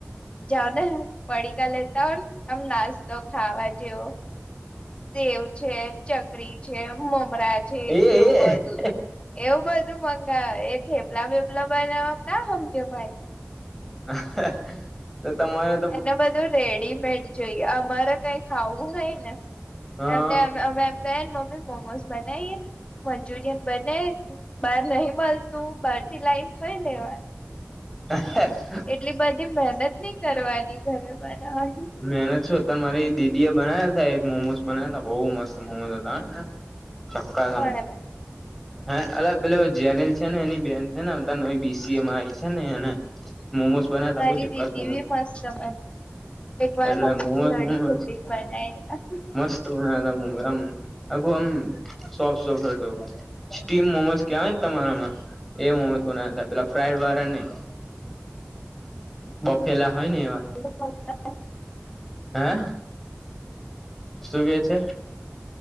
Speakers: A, on the left; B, in the centre.
A: જાઓ ત પડી કા લેતા હોને આમ ના તો ખાવા જેવો સેવ છે ચકરી છે મમરા છે
B: એ
A: એવું
B: એ
A: બધું એવું બધું મંગાય એ થેપલા બેપલા બનાવવા ના હમજે ભાય
B: <unintelligible> તો તમારા
A: એને બધું રેડીમેડ જોઈએ અમારે કઈ ખાવું નઈ ને
B: હા
A: એમ અમે એમ કયને મમ્મી મોમોસ બનાવીએ મંચુરિયન બનાય બહાર નહી મલતું બહારથી લાઈન થઈ ને વા
B: હ.
A: એટલી બધી મહેનત ની કરવાની ઘરે બનાવા
B: મેહનત શું તમારી દીદીઓ બના્યા તા એક મોમોસ બના્યાતા બહુ મસ્ત મોમોસ હતાને ચક્કાસ
A: કોણે બનાવે
B: હા અ પે જેનીિલ છે ને એની બેહેન છે ને અ ન બી સીએમાય છે, ને એને મોમોસ બનાયા
A: મારી
B: તા બહુ જક્કાસ
A: દીદી
B: મોમોસ
A: ભી મસ્ત બને એક વાર
B: એટલે
A: મમ્મીથી
B: મોમોસ
A: લડી
B: મોમોસ
A: ઞગડીન <unintelligible>
B: મસ્ત બનાયા હતામ આખું આમ સોફ સોફ હતો. સ્ટીમ મોમોસ કેવાય ને તમારામાં એ મોમોસ બન્યા તા પેલા ફ્રાઈડ વાળા નઈ બફેલા હોય ને એવા.
A: <unintelligible>
B: હે શું કે છે